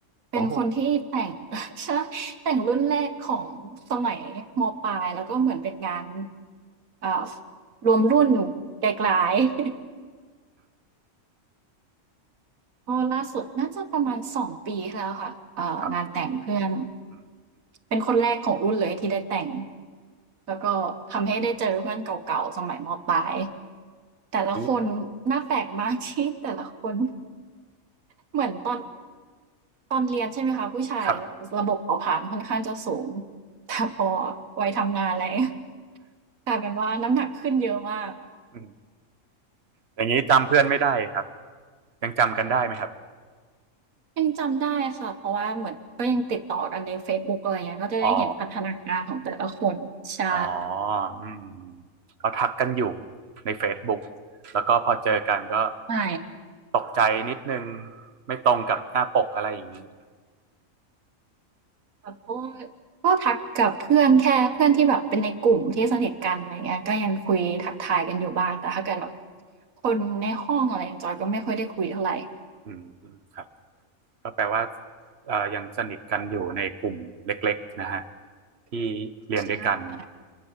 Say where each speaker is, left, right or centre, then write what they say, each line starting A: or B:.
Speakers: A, on the right; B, on the right.
A: เป็นคนที่แต่ง
B: โอ้
A: <laughs> ใช่แต่งรุ่นแรกของสมัยมปลายแล้วก็เหมือนเป็นงานเอ่ารวมรุ่นไกลๆ <laughs> ก็ล่าสุดน่าจะประมาณสองปีที่แล้วค่ะเอ่องานแต่งเพื่อน
B: ครับอืม
A: เป็นคนแรกของรุ่นเลยที่ได้แต่งแล้วก็ทำให้ได้เจอเพื่อนเก่าๆสมัยมปลายแต่ละคนหน่าแปลกมากที่แต่ละคน
B: อืมอย่างนี้
A: <laughs> เหมือนตอน ตอนเรียนใช่ไหมคะผู้ชาย
B: ครับ
A: ระบบเผาผลาญค่อนข้างจะสูง <laughs> แต่พอวัยทำงานอะไร <laughs> เงี้ยกลายเป็นว่าน้ำหนักขึ้นเยอะมาก
B: อืมอย่างนี้จำเพื่อนไม่ได้ครับยังจำกันได้ไหมครับ
A: ยังจำได้ค่ะเพราะว่าเหมือนก็ยังติดต่อกันในเฟซบุ๊กอะไรเงี้ยก็จะได้เห็นพัฒนาการของแต่ละคนใช่
B: อ๋ออ๋ออืมก็ทักกันอยู่ใน Facebook แล้วก็พอเจอกันก็
A: ใช่
B: ตกใจนิดนึงไม่ตรงกับหน้าปกอะไรอย่างนี้
A: ค่ะเพราะว่าก็ทักกับเพื่อนแค่เพื่อนที่แบบเป็นในกลุ่มที่สนิทกันอะไรเงี้ยก็ยังคุยทักทายกันอยู่บ้างแต่ถ้าเกิดแบบคนในห้องอะไรจอยก็ไม่ค่อยได้คุยเท่าไร
B: อืมครับก็แปลว่าเอ่อยังสนิทกันอยู่ในกลุ่มเล็กๆนะฮะที่เรียนด้วยกัน
A: ใช่